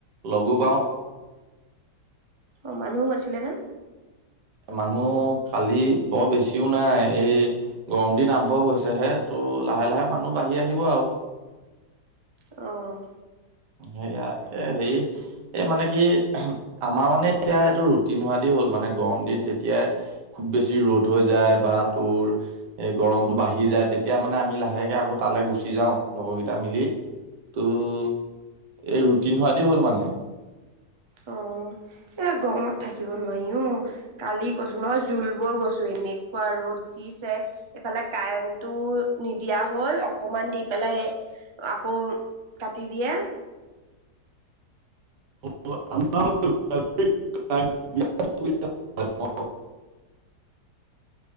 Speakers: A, on the right (about 85°); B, on the right (about 35°).
A: লগো পাওঁ।
B: অ' মানুহ আছিলেনে।
A: মানুহ কালি বৰ বেছিও নাই এই গৰম দিন আৰম্ভ হৈছে হে ত' লাহে লাহে মানুহ বাঢ়ি আহিব আৰু।
B: অ'।
A: সেইয়া এ, হেৰি এই মানে কি, আমাৰ মানে এতিয়া এইটো ৰুটিন হোৱো দি হ'ল মানে গৰম দিন যেতিয়াই খুব বেছি ৰ'দ হৈ যায় বা তোৰ এ, গৰমতটো বাঢ়ি যায় তেত তেতিয়া মানে আমি লাহেকে আকৌ তালৈ গুচি যাওঁ লগৰকেইটা মিলি ত' এই ৰুটিন হোৱা দি হ'ল মানে।
B: অ' এই গৰমত থাকিব নোৱাৰি অ'। কালি কৈছোঁ নহয় জুলবৈ গৈছোঁ এনেকুৱা ৰ'দ দিছে। এইফালে কাৰেণ্টটো নিদিয়া হ'ল অকমান দি পেলাই আকৌ কাটি দিয়ে।
A: <unintelligible>